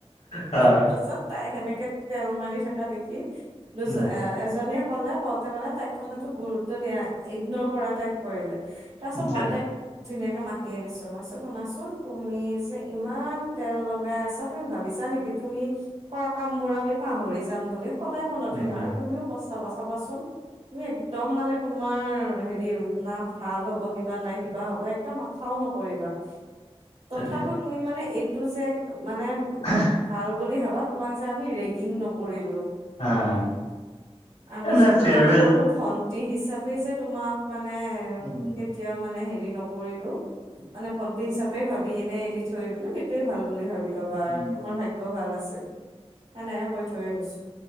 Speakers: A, on the left; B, on the right.
A: অ'
B: তাৰপাছত তাইক সেনেকে তেল মাৰি থকা দেখি দুজ
A: উম,
B: এজনীয়ে ক'লে কওঁতে মানে তাইক কথাতোক গুৰুত্ব দিয়া ইগনৰ কৰা টাইপ কৰিলে। তাৰপাছত
A: আচ্ছা
B: মই তাক ধুনীয়াকে মা তি আনিছোঁ মই চ, শুনাচোন তুমি যে ইমান তেল লগাই আছা তুমি ভাবিছা নেকি তুমি কৰা কাম বোৰ আমি পাহৰি যাম বুলি। সদায় মনত
A: উম,
B: ৰাখিবা আৰু তুমিও পস্তাবা চাবাচোন। তুমি একদম মানে তোমাৰ হেৰি না ভাল হ'ব, কিবা নাই কিবা হ'ব একদম খাও নকৰিবা। তথাপিও
A: তাকে
B: তুমি মানে এইটো যে মানে
A: হ- <unintelligible>
B: ভাল বুলি ভাবা তোমাক যে আমি ৰেগিং নকৰিলো।
A: অ'
B: আমি
A: নাই
B: যে তোমাক
A: ফেয়াৰৱেল
B: সৰু ভন- টি হিচাপে যে তোমাক মানে
A: উম,
B: কেতিয়াও মানে হেৰি নকৰিলো। মানে ভণ্টি হিচাপে ভাবি এনে এৰি থৈ দিলো সেইটোয়ে ভাল বুলি ভাবি ল'বা
A: উম।
B: আৰু তোমাৰ ভা- ক ভাল আছিল। সেনেহে কৈ থৈ আহিছো।